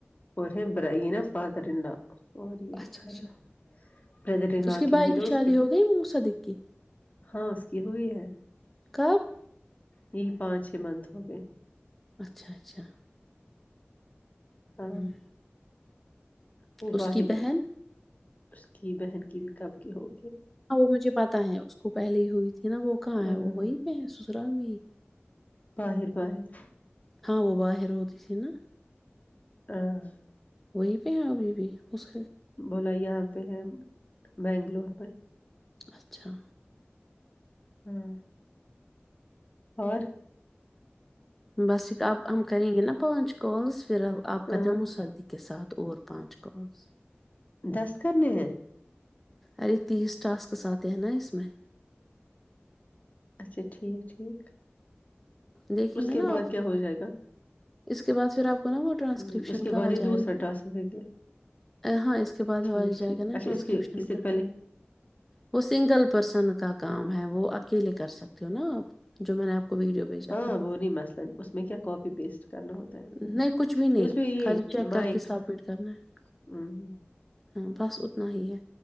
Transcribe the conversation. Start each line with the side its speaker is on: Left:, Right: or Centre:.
Left: اور برینا فادر اور یہ
Centre: اچھا
Left: ہے خالی
Centre: اچھا
Left: بردر لا
Centre: اس کی
Left: کے
Centre: بھائی
Left: ہوئی نا
Centre: شادی
Left: اس کی
Centre: ہو گئی موسدق کی
Left: ہاں اس کی ہوئی ہے
Centre: کب
Left: یہی پانچ چھ منتھ ہو گئے
Centre: اچھا اچھا
Left: ہاں
Centre: ہم۔
Left: وہ
Centre: اس
Left: باہر
Centre: کی بہن
Left: اس کی بہن کی بھی کب کی ہوگ
Centre: ہاں وہ مجھے پتا ہے اس کو پہلے ہی ہوئی تھی نا وہ کہاں
Left: ہاں
Centre: ہے وہ وہی پہ ہے سسرال میں ہی
Left: باہر باہر
Centre: ہاں وہ وااہر رتسی نا
Left: ہاں
Centre: وہی پہ ابھی بھی اس
Left: بولا یہاں پہ ہیں بنگلور میں
Centre: اچھا
Left: ہاں اور
Centre: بس اب ہم کریں گے نا پانچ کالس پھر ا آپ کا
Left: ہاں
Centre: نام مصدیق کے ساتھ اور پانچ کال <unintelligible>
Left: دس کرنے ہے
Centre: ارے تیس ٹاسکس آتے ہیں نا اس میں
Left: اچھا ٹھیک ٹھیک
Centre: دیکھیں
Left: اس
Centre: گے
Left: کے
Centre: نا
Left: بعد
Centre: آپ
Left: کیا ہو جائے گا
Centre: اس کے بعدھر آپ کو نا وہ ٹرانسکرپشن
Left: ہ اس کے
Centre: کا
Left: بعد
Centre: آ
Left: یہ
Centre: جائے
Left: دوسرا
Centre: گا
Left: ٹاس دیں گے
Centre: ہاں اس کے بعد
Left: ٹھیک
Centre: ہو جائے
Left: ٹھیک
Centre: گا نا
Left: اچھا
Centre: ٹرانسکرپشن
Left: اس کے اس سے
Centre: کا
Left: پہلے
Centre: وہ سنگل پرسن کا کام ہے وہ اکیلے کا کر سکتے ہو نا آپ جو میں نے آپ کو ویڈیو بھیجا
Left: ہاں
Centre: تھا
Left: وہ نہیں مسئلا اس میں کیا کاپی پیسٹ کرنا ہوتا ہے
Centre: نہیں کچھ بھی نہیں
Left: اس میں یہ
Centre: خالی چیک کر
Left: مائک
Centre: کے سبمٹ
Left: ہ
Centre: کرنا ہے
Left: ہ
Centre: ہاں بس اتنا ہی ہے